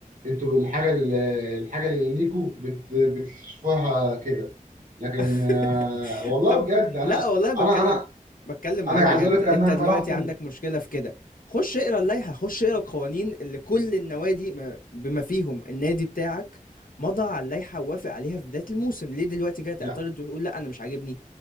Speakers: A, on the right; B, on the left.
A: انتوا بالحاجه اللي الحاجه اللي ليكوا بت... بتشوفوها كده لكن
B: <laughs>
A: آه، والله
B: طب
A: بجد انا
B: لا والله بتكلم
A: انا انا
B: بتكلم معاك
A: انا عايز
B: بجد
A: اقول لك
B: انت
A: ان انا
B: دلوقتي
A: كرهت
B: عندك مشكلة في كده خش اقرا اللائحة خش اقرا القوانين اللي كل النوادي ما- بما فيهم النادي بتاعك مضى على اللائحة ووافق عليها في بداية الموسم ليه دلوقتي جاي تعترض
A: يعني
B: وتقول لا انا مش عاجبني